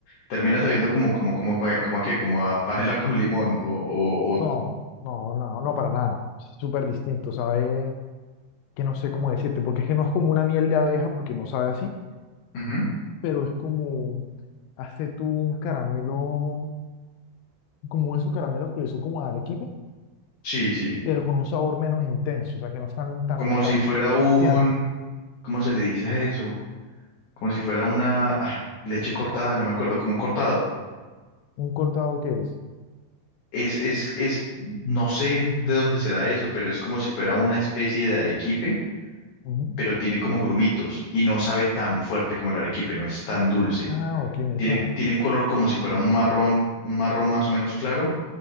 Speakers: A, on the left (about 65°); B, on the left (about 80°).
A: Termina sabiendo como, como, como, como, como a qué, como a panela con limón o, o, o-
B: No, no, no, no para nada. Súper distinto, sabe Que no sé cómo decirte, porque es que no es como una miel de abeja porque no sabe así,
A: ujú.
B: pero es como hace tú un caramelo como esos caramelos que son como arequipe,
A: Sí, sí.
B: pero con un sabor menos intenso, o sea, que no es tan, tan,
A: Como si
B: tan
A: fuera un,
B: hastiante.
A: ¿cómo se le dice a eso? Como si fuera una ah, leche cortada, no me acuerdo, como un cortado.
B: ¿Un cortado que es?
A: Es, es, es, no sé de dónde será eso, pero es como si fuera una especie de arequipe,
B: Ujú.
A: pero tiene como grumitos y no sabe tan fuerte como el arequipe, no es tan dulce.
B: Ah, ok, me
A: Tiene,
B: suena.
A: tiene un color como si fuera un marrón, un marrón más o menos claro